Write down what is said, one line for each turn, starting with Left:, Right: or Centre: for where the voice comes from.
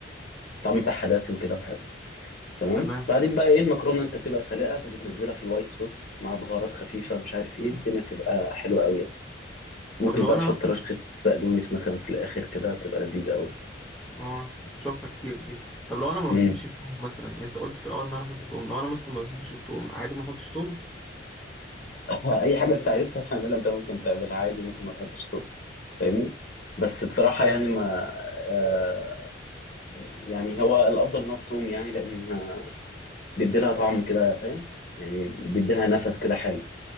Left: الطعم بتاعها دسم كده وحلو تمام
Centre: تمام
Left: بعدين بقى ايه المكرونة انت بتبقى سالقة فبتنزلها في الوايت صوص مع بهارات خفيفة مش عارف ايه الدنيا بتبقى حلوة قوي يعني ممكن
Centre: طب لو
Left: بقى
Centre: أنا
Left: تحط
Centre: مثلا
Left: رشة بقدونس مثلا في الاخر كده بتبقى لذيذة قوي
Centre: اه بشوفها كتير دي طب لو انا ما
Left: امم
Centre: بحبش التوم مثلا يعني انت قلت في الاول ان انا احط توم لو انا مثلا ما بحبش التوم عادي ما احطش توم
Left: <laughs> اي حاجة انت عايزها تعملها انت ممكن تعملها عادي ممكن ما تحطش فاهمني بس بصراحة
Centre: تمام
Left: يعني ما آه يعني هو الأفضل إنها بتقوم يعني لأنها بيديلها طعم كده فاهم يعني بيديلها نفس كده حلو